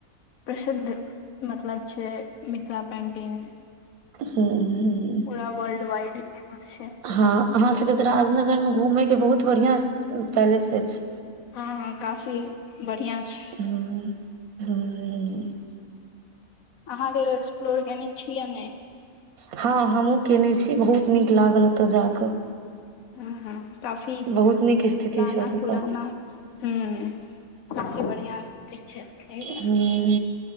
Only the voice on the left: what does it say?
प्रसिद्ध मतलब छैय मिथिला। पेंटिंग
पूरा वर्ल्ड वाइड फेमास छैय।
हँ हँ काफी बढ़िआँ छैय।
अहाँ ओर एक्सप्लोर केने छी या नैय।
ह ह काफी
पुराना
पुराना हुम। सबसे बढ़िआँ अत्तते छैय।